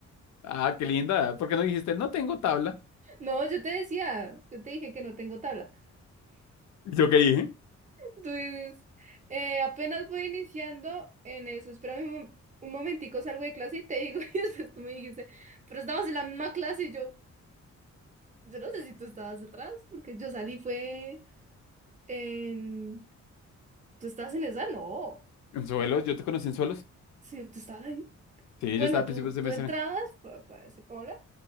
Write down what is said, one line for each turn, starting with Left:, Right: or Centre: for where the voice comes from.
Left: Ah, qué linda, ¿por qué no dijiste, no tengo tabla?
Right: No, yo te decía, yo te dije que no tengo tabla.
Left: ¿Y ¿Yo qué dije?
Right: Entonces, eh, apenas voy iniciando en eso. Espérame un, mom- un momentico, salgo de clase y te digo, <laughs> y después tú me dijiste, pero estabas en la misma clase y yo, yo no sé si tú estabas atrás, porque yo salí fue en... ¿Tú estabas en esa? No.
Left: ¿En suelos? ¿Yo te conocí en suelos?
Right: Sí, tú estabas ahí.
Left: Sí,
Right: Bueno,
Left: yo estaba al
Right: tú,
Left: principio de semestre.
Right: tú entrabas pa- para, decir hola.